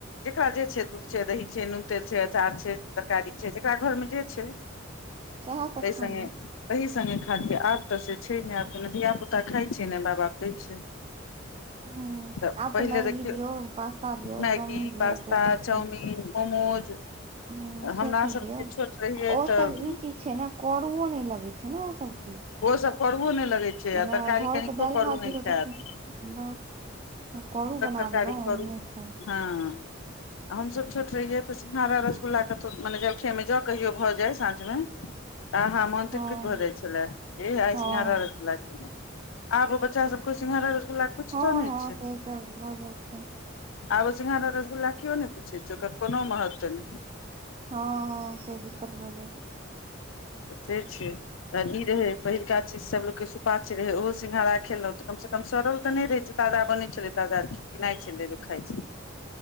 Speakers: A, on the left; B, on the right.
A: जेकरा जे छै दुध छै दही छै नुन तेल छै अचार छै तरकारी छै जेकरा घर में जे छै
B: सएह सब
A: तइ
B: खा
A: संगे
B: लिअ
A: तहि संगे खाति आब तऽ से छै ने आब धिया पुता खाई छै ने माय बाप दै छै
B: हूँ
A: तऽ
B: आब
A: पहिले
B: मैगी
A: देखयौ
B: दियौ पास्ता दियौ
A: मैगी
B: चाउमिन दियौ
A: पास्ता
B: से सब
A: चाउमीन
B: खायब
A: मोमोज
B: हूँ से
A: हमरा
B: सब
A: सबके
B: दियौ
A: छोट रहियै
B: ओ
A: तऽ
B: सब ई चीज छै ने करुओ नइ लगै छै ने ओसब चीज
A: ओहोसब करुओ नय लगै छै आ
B: नहि
A: तरकारी
B: घरके
A: कनिको
B: दालि
A: करू
B: भात
A: नय
B: दियौ
A: खैत
B: तऽ वाह करू बना
A: तरकारी
B: देलौह हम
A: करू
B: नय खैब
A: हँ हम सब छोट रहीए तऽ हरा रसगुल्लाके त मने जलखेमे ज कहियो भऽ जाय साँझमे आहा मोन
B: हँ
A: तिरपित भऽ जाइ छलै हे आइ
B: हँ
A: सिंघारा रसगुल्ला आब बच्चा सबक सिंघारा रसगुल्ला कुछ
B: हँ
A: तो नहि
B: हँ
A: छै
B: से तऽ भऽ जाइ छै
A: आब सिंघारा रसगुल्ला किओ ने पुछै छै ओकर कोनो महत्व नय
B: हँ हँ से दिक्कत भऽ जाइ छै
A: से छीय त <unintelligible> रहे पहिलका चीज सब लोग के सुपाच रहे ओहो सिंघारा खेलौ तऽ कम से कम सड़ल तऽ नय रहे छै ताजा बनै छलै ताजा किनाइ छलै खाइ छलै